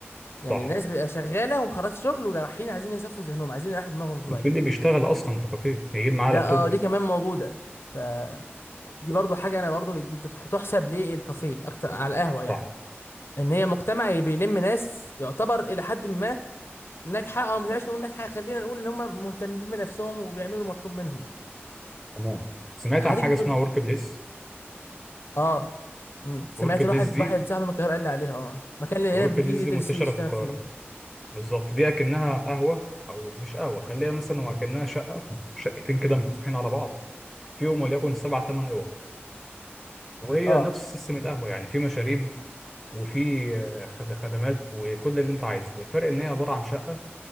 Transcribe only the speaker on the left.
يعني
الناس بتبقى شغاله ومخلص شغل ورايحين عايزين يصفوا ذهنهم عايزين يريحوا دماغهم شويه
ده
اه دي كمان موجوده ف دي برضو حاجه انا برضو انت تح- تحسب ليه الكافيه اكتر على القهوه يعني
ان هي مجتمع بيلم ناس يعتبر الى حد ما ناجحه او مش عايز نقول ناجحه خلينا نقول ان هم مهتمين بنفسهم وبيعملوا المطلوب منهم
هتيجي
تقول
لي-
اه مم. سمعت
واحد
واحد صاحبي من القاهره قال لي عليها اه مكان اللي
العيال بتيجي
تدرس
فيه يشتغل
فيه
اه